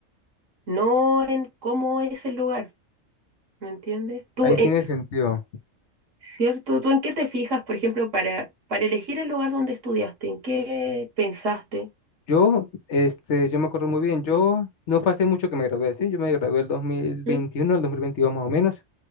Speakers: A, on the right; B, on the left.
A: no en cómo es el lugar. ¿Me entiendes? ¿Tú,
B: Ahí
A: eh,
B: tiene sentido.
A: ¿Cierto? ¿Tú en qué te fijas, por ejemplo, para, para elegir el lugar donde estudiaste? ¿En qué pensaste?
B: Yo, este, yo me acuerdo muy bien, yo no fue hace mucho que me gradué, ¿sí? Yo me gradué el 2021,
A: Ujú,
B: el 2022 más o menos.